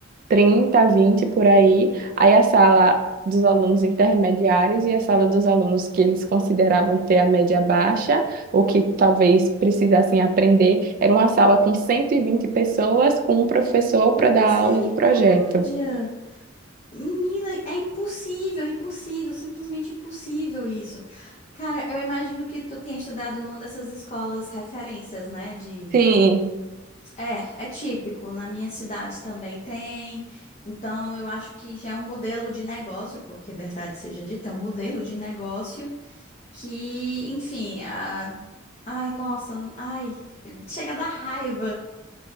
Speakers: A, on the right; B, on the left.
A: 30, 20 por aí. Aí a sala dos alunos intermediários e a sala dos alunos que eles consideravam ter a média baixa, ou que talvez precisassem aprender, era uma sala com 120 pessoas, com um professor para
B: misericórdia!
A: dar aula do projeto.
B: Menina, é impossível, impossível, simplesmente impossível isso. Cara, eu imagino que tu tenha estudado numa dessas escolas referências, né, de
A: Sim,
B: É, é típico. Na minha cidade também tem. Então, eu acho que já é um modelo de negócio, porque é verdade seja dita, é um modelo de negócio que, enfim, a... ai, nossa, ai, chega a dar raiva.